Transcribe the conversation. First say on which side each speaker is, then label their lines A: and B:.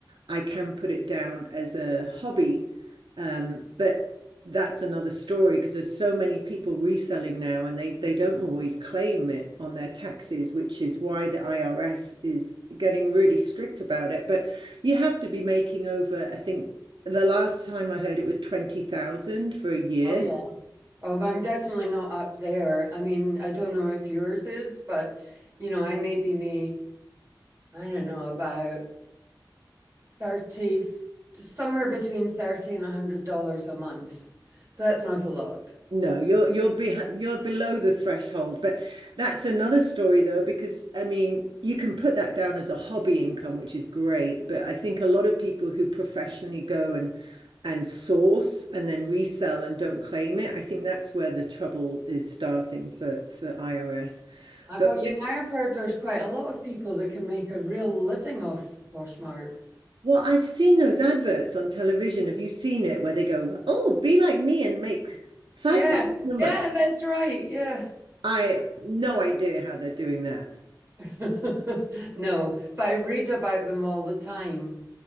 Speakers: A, on the right; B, on the right.
A: I can put it down as a hobby. Um, but that's another story because there's so many people reselling now and they, they don't always claim it on their taxes, which is why the IRS is getting really strict about it. But you have to be making over, I think the last time I heard it was 20,000 for a year.
B: Oh, yeah. Oh, I'm definitely not up there. I mean, I don't know if yours is, but you know, I maybe make, I don't know, about 30, somewhere between 30 and $100 a month. So that's not a lot.
A: No, you're you're behind, you're below the threshold, but that's another story though, because I mean, you can put that down as a hobby income, which is great, but I think a lot of people who professionally go and and source and then resell and don't claim it, I think that's where the trouble is starting for for IRS.
B: I
A: But
B: got you. Now I've heard there's quite a lot of people that can make a real living off Poshmark.
A: well, I've seen those adverts on television. Have you seen it where they go, "Oh, be like me and make 5,000
B: Yeah,
A: a month."
B: yeah, that's right. Yeah.
A: I have no idea how they're doing that.
B: <laughs> No, but I read about them all the time.